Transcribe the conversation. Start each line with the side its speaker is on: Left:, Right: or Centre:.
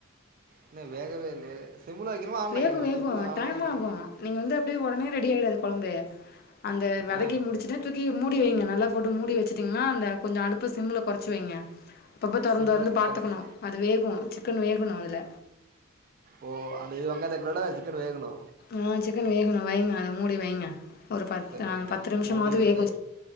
Right: இன்னு வேகவே இல்லயே சிம்முல வைக்கணுமா ஆன்லைன்
Left: வேகு
Right: வைக்கணுமா
Left: வேகு
Right: சிம்மில் ஆன்லைன்
Left: டைம்
Right: வைங்க.
Left: ஆகு நீங்க வந்து அப்டியே உடனே ரெடி ஆயிடாது கொழம்பு அந்த வதக்கி
Right: ஆ
Left: முடிச்சுட்டு தூக்கி மூடி வைங்க நல்லா போட்டு மூடி வச்சுட்டீன்னா அ இந்த கொஞ்சோ அடுப்ப சிம்ல குறைச்சி வைங்க அப்பப்ப திறந்து
Right: சிம்மில்
Left: திறந்து பாத்துக்கணு
Right: குறைச்சி
Left: அது வேகு சிக்கன் வேகணு அதுல
Right: ஓ அந்த இதுங்கே தக்கறட சிக்கனு வேகணு
Left: ஆ சிக்கன் வேகணு வைங்க அது மூடி வைங்க ஒரு பத்து
Right: சரி
Left: அ
Right: ஓகே
Left: பத்து நிமிஷமாவது
Right: மூடி வைத்து
Left: வேகு